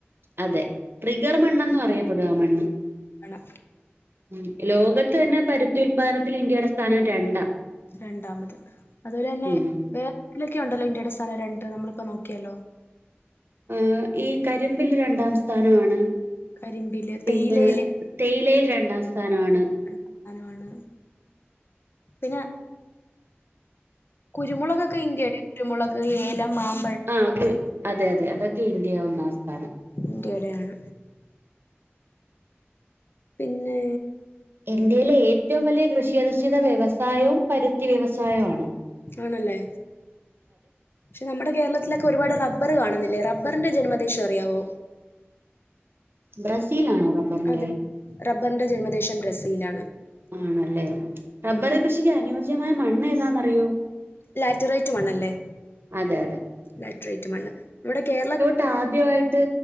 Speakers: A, on the right; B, on the left.
A: അതെ ട്രിഗർ മണ്ണെന്നും അറിയപ്പെടും ആമണ്ണ്
B: ആണ്
A: ഉം ലോകത്ത് തന്നെ പരുത്തി ഉൽപാദ്നത്തിൽ ഇന്ത്യയുടെ സ്ഥാനം രണ്ടാ
B: രണ്ടാമത് അതുപോലെന്നെ
A: ഉം
B: വേറെലൊക്കെ ഉണ്ടല്ലോ ഇന്ത്യയുടെ സ്ഥാനം രണ്ട് നമ്മളിപ്പോ നോക്കിയലോ
A: ആഹ് ഈ കരിമ്പിൽ രണ്ടാം സ്ഥാനവാണ്
B: കരിമ്പില്
A: പിന്നെ
B: തേയിലയില്
A: തേയിലയിൽ രണ്ടാം സ്ഥാനമാണ്
B: സ്ഥാനവാണ് പിന്നെ കുരുമുളക് ക്കെ ഇന്ത്യടെ കുരുമുളക് ഏലം മാം
A: ആഹ് ക്കു അതെ അതെ അതൊക്കെ ഇന്ത്യയ ഒന്നാംസ്ഥാനം
B: ഇന്ത്യയ്ടെയാണ് പിന്നെ
A: ഇന്ത്യയിലെ ഏറ്റവും വലിയ കൃഷിയധിഷ്ഠിത വ്യവസായവും പരുത്തി വ്യവസായവാണ്.
B: ആണല്ലേ പക്ഷെ നമ്മുടെ കേരളത്തിലൊക്കെ ഒരുപാട് റബ്ബർ കാണ്ന്നില്ലേ റബ്ബറിന്റെ ജന്മ ദേശഅറിയാവോ?
A: ബ്രസീലാണോ റബ്ബറിന്റെ
B: അതെ റബ്ബർന്റെ ജന്മദേശം ബ്രസീലാണ്
A: ആണല്ലേ, റബ്ബർ
B: ആഹ്
A: കൃഷിക്ക് അനുയോജ്യമായ മണ്ണെതാന്നറിയോ?
B: ലാറ്റ്റൈറ്റ് മണ്ണല്ലേ
A: അതെ അതെ
B: ലാറ്റ്റൈറ്റ് മണ്ണ് ഇവിടെ കേരള
A: താദ്യായിട്ട്